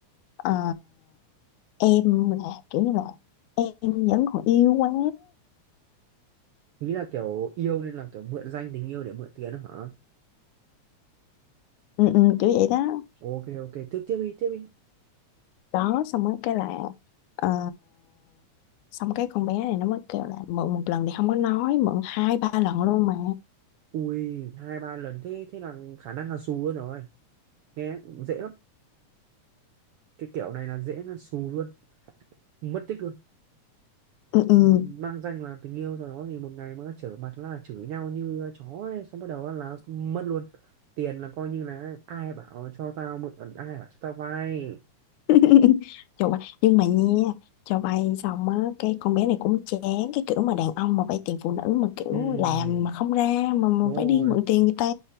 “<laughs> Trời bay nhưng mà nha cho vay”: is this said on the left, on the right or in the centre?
Left